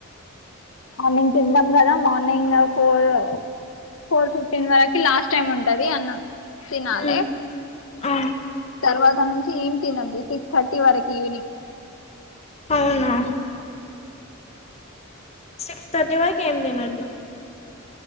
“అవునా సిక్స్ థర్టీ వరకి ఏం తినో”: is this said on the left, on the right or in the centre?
Left